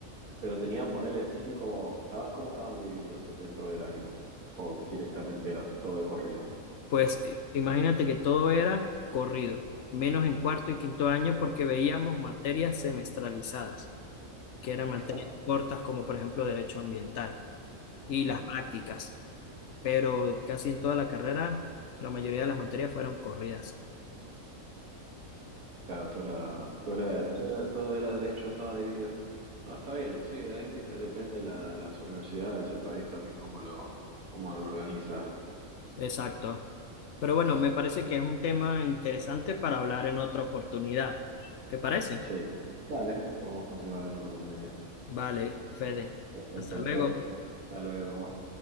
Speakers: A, on the right (about 85°); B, on the left (about 65°).
A: Pero tenían, ponerle cinco, estaban, ¿cómo estaban divididos dentro del año? O directamente era todo de corrido.
B: Pues eh, imagínate que todo era corrido, menos en cuarto y quinto año porque veíamos materias semestralizadas, que eran materias
A: Claro.
B: cortas como por ejemplo derecho ambiental y
A: Bien.
B: las prácticas. Pero casi en toda la carrera la mayoría de las materias fueron corridas.
A: Claro, todo era, todo era, todo era- todo era derecho, no estaba dividido. No, está bien, sí, es, dif- depende de la, las universidades, el país también cómo lo, cómo lo organiza.
B: Exacto. Pero bueno, me parece que es un tema interesante para hablar en otra oportunidad. ¿Te parece?
A: Sí, dale, podemos continuar en otra oportunidad.
B: Vale, Fede.
A: Perfecto,
B: Hasta
A: Héctor.
B: luego.
A: Hasta luego.